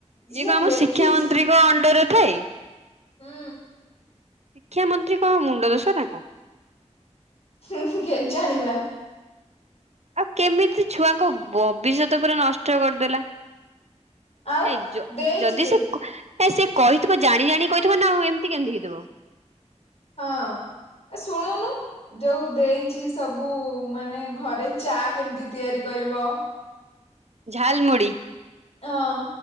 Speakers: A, on the right (about 65°); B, on the left (about 60°).
A: ଇଏ
B: ଯିଏ
A: କଣ ଆମ
B: ଲେଖିଛି
A: ଶିକ୍ଷା ମନ୍ତ୍ରୀଙ୍କ ଅଣ୍ଡର ରେ ଥାଏ।
B: ହୁଁ।
A: ଶିକ୍ଷା ମନ୍ତ୍ରୀ କଣ ମୁଣ୍ଡ ଦୋଷ ନା କଣ?
B: ହୁଁ ହୁଁ କେଜାଣିବା।
A: ଆଉ କେମିତି ଛୁଆଙ୍କ ଭବିଷ୍ୟତ ପୁରା ନଷ୍ଟ କରିଦେଲା।
B: ଆଉ
A: ନାଇ ଯ
B: ଦେଇଯିବେ
A: ଯଦି ସେ ନାଇ ସେ କହିଥିବ ଜାଣି ଜାଣି କହିଥିବ ନା ଆଉ ଏମିତି କେମିତି ହେଇଥିବ।
B: ହଁ ଶୁଣୁନୁ ଯୋଉ ଦେଇଛି। ସବୁ ମାନେ ଘରେ ଚା କେମିତି ତିଆରି କରିବ।
A: ଝାଲ ମୁୁଡି
B: ହଁ